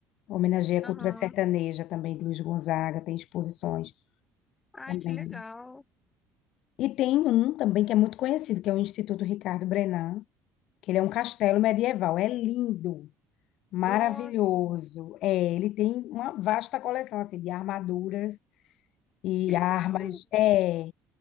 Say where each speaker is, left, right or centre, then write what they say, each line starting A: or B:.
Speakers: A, on the left; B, on the left.
A: Homenageia a
B: Aham.
A: cultura sertaneja também de Luiz Gonzaga, tem exposições
B: Ai,
A: também.
B: que legal.
A: E tem um também que é muito conhecido, que é o Instituto Ricardo Brennand, que ele é um castelo medieval. É lindo. Maravilhoso.
B: Nossa,
A: É, ele tem uma vasta coleção assim de armaduras e
B: que legal.
A: armas. É,